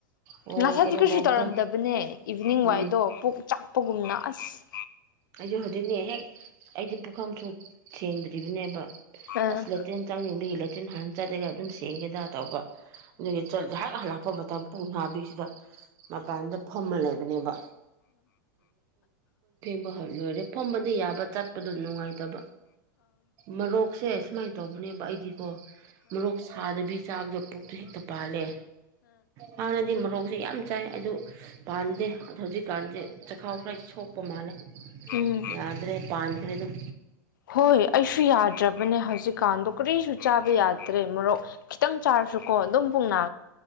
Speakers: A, on the right; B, on the left.
A: ꯑꯣ
B: ꯉꯁꯥꯏꯗꯤ
A: ꯀꯩꯅꯣ
B: ꯀꯩꯁꯨ
A: ꯇꯧꯕꯗꯣ
B: ꯇꯧꯔꯝꯗꯕꯅꯦ ꯏꯚꯤꯅꯤꯡ
A: ꯎꯝ
B: ꯋꯥꯏꯗꯣ ꯄꯨꯣꯛꯥꯛ ꯎ ꯄꯣꯒꯨꯝꯅ ꯑꯁ
A: ꯑꯩꯁꯨ ꯍꯧꯖꯤꯛꯅꯦ ꯍꯦꯛ ꯑꯩꯗꯤ ꯄꯨꯈꯝꯁꯨ ꯁꯦꯡꯗ ꯕꯅꯦꯕ
B: ꯑꯥ
A: ꯑꯁ ꯂꯦꯇ꯭ꯔꯔꯤꯦꯟ ꯆꯪꯅꯤꯡꯕꯒꯤ ꯂꯦꯇ꯭ꯔꯔꯤꯦꯟ ꯍꯥꯟꯅ ꯆꯠꯂꯒ ꯑꯗꯨꯝ ꯊꯦꯡꯒꯦꯗ ꯇꯧꯕ ꯑꯗꯨꯒꯤ ꯉꯥꯏꯍꯥꯛ ꯍꯜꯂꯛꯄ ꯃꯇꯝ ꯄꯨꯡ ꯅꯥꯕꯤꯁꯤꯗ ꯃꯄꯥꯟꯗ ꯐꯝꯃ ꯂꯩꯕꯅꯦꯕ <inaudible> ꯣꯏ ꯍꯣꯏ ꯂꯣꯏꯔꯦ ꯐꯝꯕꯗ ꯌꯥꯕ ꯆꯠꯄꯗꯣ ꯅꯨꯡꯉꯥꯏꯇꯕ ꯃꯔꯣꯛꯁꯦ ꯁꯨꯃꯥꯏꯅ ꯇꯧꯕꯅꯦꯕ ꯑꯩꯗꯤꯀꯣ ꯃꯣꯔꯣꯛ ꯁꯥꯗꯕꯤ ꯆꯥꯕꯗꯣ ꯄꯣꯛꯇꯨ ꯍꯦꯛꯇ ꯄꯥꯜꯂꯦ ꯍꯥꯟꯅꯗꯤ ꯃꯣꯔꯣꯛꯁꯦ ꯌꯥꯝ ꯆꯥꯏ ꯑꯗꯨ ꯄꯥꯟꯗꯦ ꯑꯣ ꯍꯧꯖꯤꯛꯀꯥꯟꯁꯦ ꯆꯈꯥꯎ ꯈꯔ ꯁꯣꯛꯄ ꯃꯥꯜꯂꯦ
B: ꯎꯝ
A: ꯌꯥꯗ꯭ꯔꯦ ꯄꯥꯟꯈꯔ ꯑꯗꯨꯝ
B: ꯍꯣꯏ ꯑꯩꯁꯨ ꯌꯥꯗ꯭ꯔꯕꯅꯦ ꯍꯧꯖꯤꯛꯀꯥꯟꯗꯣ ꯀꯔꯤꯁꯨ ꯆꯥꯕ ꯌꯥꯗ꯭ꯔꯦ ꯃꯣꯔꯣꯛ ꯈꯤꯇꯪ ꯆꯥꯔꯁꯨꯀꯣ ꯑꯗꯨꯝ ꯄꯨꯡꯅ